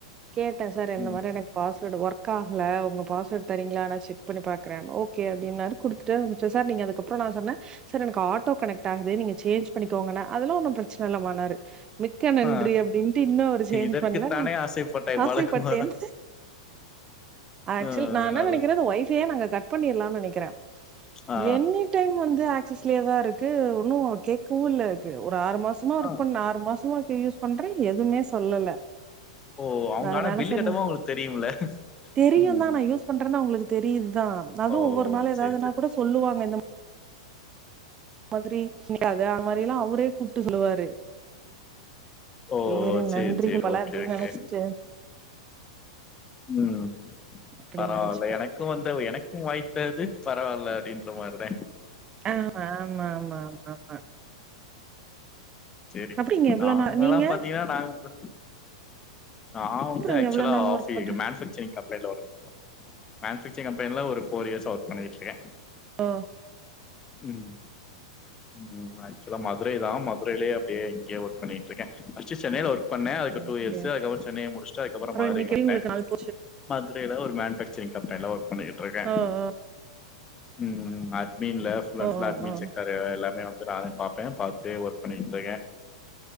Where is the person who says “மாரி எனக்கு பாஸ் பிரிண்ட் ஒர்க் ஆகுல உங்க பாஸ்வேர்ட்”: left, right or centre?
Right